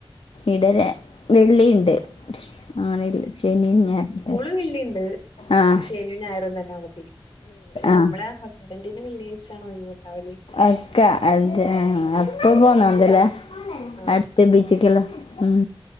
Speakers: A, on the left; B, on the left.
A: ഇടെ വെള്ളിണ്ട്. അങ്ങനെയില്ല ശനീം ഞായറും.
B: - വെള്ളീണ്ട്.
A: ആഹ്
B: ശനിയും ഞായറും തന്നെ അവധി പക്ഷെ
A: ആ
B: നമ്മള ഹസ്ബൻറിന് വിെള്ളിയാഴ്ച്ചാണ് ഒഴിവ് ഉണ്ടാവല്
A: അക്കാ അത അപ്പൊ പോന്നോ എന്തല്ലേ
B: ആഹ്
A: അടുത്ത ബീച്ചക്കല്ലോ ഉം